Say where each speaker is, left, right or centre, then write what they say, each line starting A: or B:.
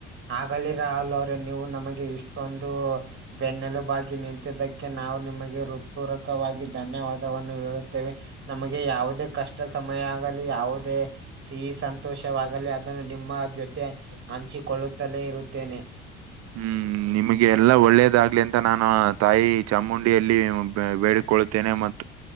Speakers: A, on the right; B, on the right.
A: ಆಗಲಿರ ಅಲ್ ಅವ್ರೇ ನೀವು ನಮಗೆ ಇಷ್ಟೊಂದು- ಬೆನ್ನೆಲುಬಾಗಿ ನಿಂತಿದ್ದಕ್ಕೆ ನಾವು ನಿಮಗೆ ಹೃತ್ಪೂರ್ರಕವಾಗಿ ಧನ್ಯವಾದವನ್ನು ಹೇಳುತ್ತೇವೆ- ನಮಗೆ ಯಾವುದೇ ಕಷ್ಟ ಸಮಯ ಆಗಲಿ ಯಾವುದೇ- ಸಿಹಿ ಸಂತೋಷವಾಗಲಿ ಅದನ್ನು ನಿಮ್ಮ ಜೊತೆ ಹಂಚಿಕೊಳ್ಳುತ್ತಲೇ ಇರುತ್ತೇನೆ-
B: ಹ್ಮ್- ನಿಮಗೆ ಎಲ್ಲ ಒಳ್ಳೇದಾಗ್ಲಿ ಅಂತ ನಾನು ತಾಯಿ ಚಾಮುಂಡಿಯಲ್ಲಿ ಬೇಡಿಕೊಳ್ಳುತ್ತೇನೆ ಮ-